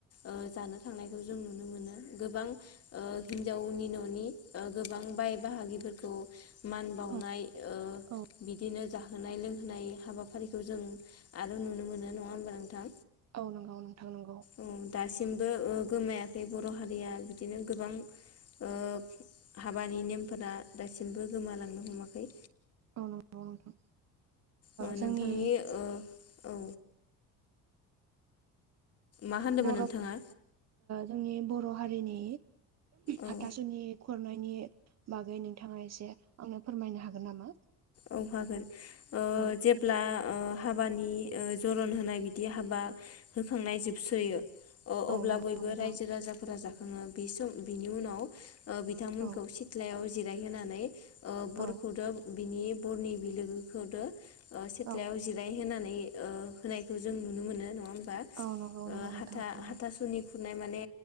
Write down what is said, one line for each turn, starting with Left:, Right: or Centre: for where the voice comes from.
Left: ओ जानो थांनायखौ जों नुनो मोनो गोबां ओ हिन्जावनि न'नि ओ गोबां बाय बाहागिफोरखौ मान बावनाय
Right: औ
Left: ओ
Right: औ
Left: बिदिनो जाहोनाय लोंहोनाय हाबाफारिखौ जों आरो नुनो मोनो नङा होमबा नोंथां
Right: औ नंगौ नों थां नांगौ
Left: औ दासिमबो ओ गोमायाखै बर' हारिया बिदिनो गोबां ओ हाबानि नेमफोरा दासिमबो गोमालांनो हमाखै
Right: औ नंगौ नोंथां
Left: ओ
Right: जोंनि
Left: नोंथांनि ओ औ मा होनदोंमोन
Right: बर'
Left: नोंथाङा
Right: जोंनि बर' हारिनि
Left: औ
Right: हाथासुनि खुरनायनि बागै नोंथाङा एसे आंनो फोरमायनो हागोन नामा
Left: औ हागोन ओ
Right: औ
Left: जेब्ला ओ हाबानि जरन होनाय बिदि हाबा होखांनाय जोबसोयो अ
Right: औ
Left: अब्ला
Right: नंगौ
Left: बयबो
Right: नोंथां
Left: रायजो राजाफोरा जाख <unintelligible> बि सम बिनि उनाव बिथांमोनखौ
Right: औ
Left: सिथ्लायाव जि जिरायहोनानै ओ बरखौदों
Right: औ
Left: बिनि बरनि बिलोगोखौदो ओ सेथ्लायाव
Right: औ
Left: जिराय होनानै <unintelligible> ओ होनायखौ जों नुनो मोनो नङा ओम ओ
Right: औ नंगौ नंगौ
Left: हाथा-हाथासुनिखौ
Right: नोंथां नंगौ
Left: खुरनाय माने